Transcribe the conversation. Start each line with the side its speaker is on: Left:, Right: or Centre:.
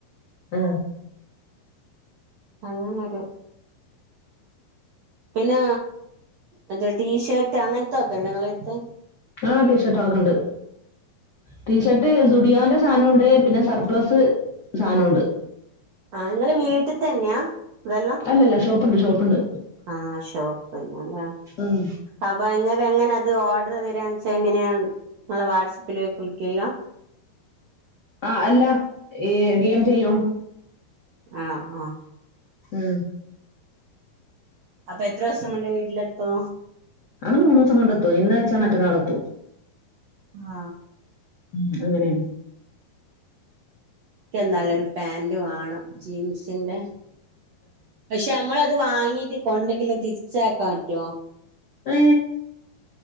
Left: ആ
Right: അങ്ങനൊര് ത് പിന്നെ എന്ത് ടീഷർട്ട് അങ്ങനത്തൊക്കെ ഇണ്ടോനിങ്ങളട്ത്ത്
Left: ആ ടീഷർട്ട് അത്ക്കണ്ട് ടീഷർട്ട് സുഡിയാന്റെ സാധനമുണ്ട് പിന്നെ സർപ്ലസ് സാധനമുണ്ട്
Right: ആ നിങ്ങള് വീട്ടിൽ തന്നെയാ ഇതെല്ലാം
Left: അല്ലല്ല ഷോപ്പുണ്ട് ഷോപ്പ്ണ്ട്
Right: ആ ഷോപ്പന്നല്ല
Left: ഉം
Right: അപ്പൊ ഇങ്ങക്ക് എങ്ങനെ അത് ഓർഡർ തരാ വെച്ചാ എങ്ങനെയാണ് നിങ്ങള് വാട്സപ്പിലേ ക്ലിക്കയ
Left: ആ അല്ല ടിയം ചെയ്യും
Right: ആഹ് ആഹ്
Left: ഉം
Right: അപ്പൊ എത്ര ദിവസംകെണ്ട് വീട്ടിലെത്തോ
Left: അത് മൂന്ന് ദിവസം കൊണ്ട് എത്തും ഇന്നഴച്ചാ മറ്റന്നാൾ എത്തും
Right: ആ
Left: ഉം അങ്ങനെയാണ്
Right: എന്താല ഒരു പാന്റ് വണം ജീൻസിന്റെ പക്ഷെ നമ്മള അത് വാങ്ങീട്ട് കൊണ്ടെങ്കില തിരിച്ചാക്കാൻ പറ്റോ
Left: എ